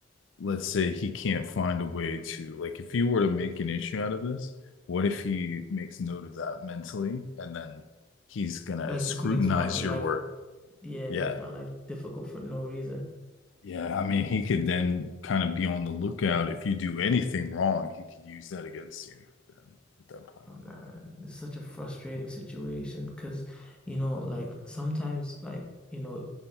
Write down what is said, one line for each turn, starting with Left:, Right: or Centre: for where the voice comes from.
Left: let's say he can't find a way to like if you were to make an issue out of this, what if he makes note of that mentally and then he's gonna
Centre: like
Left: scrutinize
Centre: just makes my life
Left: your work?
Centre: yeah it
Left: Yeah.
Centre: makes my life difficult for no reason
Left: Yeah, I mean he could then kind of be on the lookout if you do anything wrong, he could use that against you then at that point.
Centre: Oh man, it's such a frustrating situation because, you know, like sometimes, like, you know,